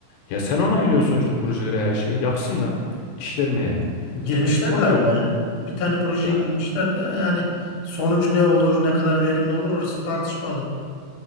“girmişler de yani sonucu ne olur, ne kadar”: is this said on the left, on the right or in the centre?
Left